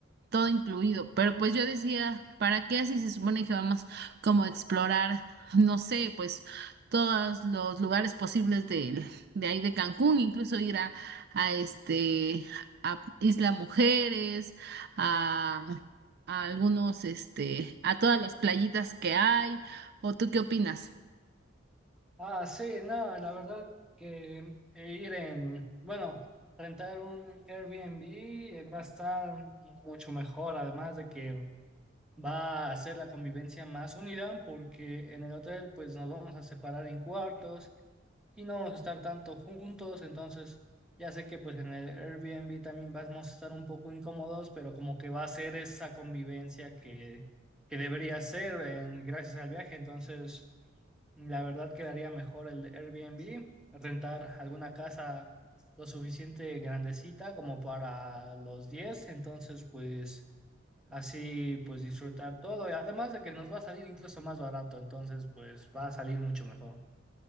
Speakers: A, on the right; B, in the centre.
A: todo incluido. Pero pues yo decía, ¿para qué si se supone que vamos como a explorar, no sé, pues todos los lugares posibles de, de ahí de Cancún, incluso ir a, a este a Isla Mujeres, a, a algunos, este, a todas las playitas que hay? ¿O tú qué opinas?
B: Ah, sí, no, la verdad que ir en, bueno, rentar un Airbnb eh, va a estar mucho mejor, además de que va a hacer la convivencia más unida porque en el hotel pues nos vamos a separar en cuartos y no vamos a estar tanto juntos, entonces ya sé que pues en el Airbnb también vamos a estar un poco incómodos, pero como que va a ser esa convivencia que, que debería ser en- gracias al viaje, entonces la verdad quedaría mejor el Airbnb, rentar alguna casa lo suficiente grandecita como para los 10 entonces pues... Así pues disfrutar todo y además de que nos va a salir incluso más barato, entonces pues va a salir mucho mejor.